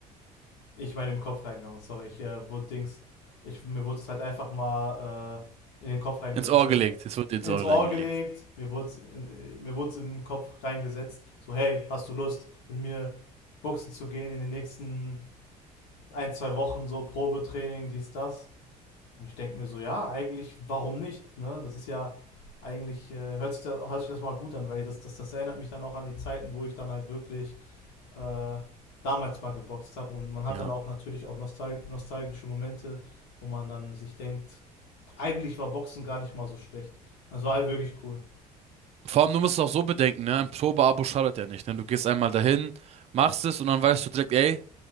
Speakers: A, on the left (about 65°); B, on the right (about 30°).
A: ich meine im Kopf reingehauen, sorry, ich äh, wurde Dings, ich, mir wurde es halt einfach mal äh, in den Kopf reingesetzt,
B: Ins Ohr
A: so
B: gelegt.
A: äh,
B: Es wird dir ins
A: ins
B: Ohr
A: Ohr
B: reingelegt.
A: gelegt, mir wurde es in, äh, mir wurde es im Kopf reingesetzt, so hey, hast du Lust mit mir boxen zu gehen in den nächsten ein, zwei Wochen, so Probetraining, dies, das. Und ich denke mir so, ja, eigentlich, warum nicht? Ne? Das ist ja eigentlich, äh, hört, sich das, hört sich das mal gut an, weil das, das, das erinnert mich dann auch an die Zeiten, wo ich dann halt wirklich äh, damals mal geboxt habe. Und man hat
B: Ja.
A: dann auch natürlich auch nostal nostalgische Momente, wo man dann sich denkt, eigentlich war Boxen gar nicht mal so schlecht. Und es war halt wirklich cool.
B: Vor allem, du musst es auch so bedenken, ne? Ein Probeabo schadet ja nicht, ne? Du gehst einmal dahin, machst es und dann weißt du direkt, ey,